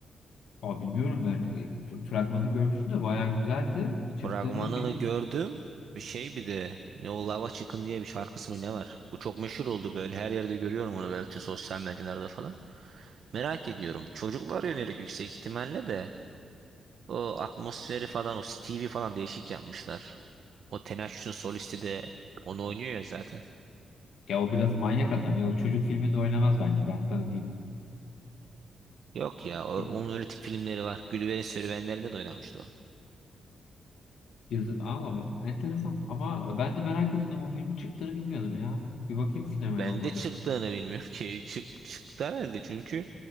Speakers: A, on the left; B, on the right.
A: Aa, bilmiyorum ben. E, f- Fragmanını görmüştüm de bayağı güzeldi. Çıktı
B: Fragmanını
A: mı bilmiyorum.
B: gördüm. Bir şey bir de ne o lava çıkın diye bir şarkısı mı ne var? Bu çok meşhur oldu böyle. Her yerde görüyorum onu böyle bütün sosyal medyalarda falan. Merak ediyorum. Çocuklara yönelik yüksek ihtimalle de. O atmosferi falan o Stevie falan değişik yapmışlar. O Tenacious solisti de onu oynuyor ya zaten.
A: Ya o biraz manyak adam ya. O çocuk filminde oynamaz bence. Ben sana diyeyim.
B: Yok ya o-
A: Di-
B: onun öyle tip filmleri var. Gulliver'in Serüvenlerinde de oynamıştı o.
A: Yazı, Aa, ama enteresan. Ama ben de merak ediyordum o filmin çıktığını bilmiyordum ya. Bir bakayım sinemaya
B: Ben
A: olmadı.
B: de çıktığını bilmiyorum ki. Çık, çıktı herhalde çünkü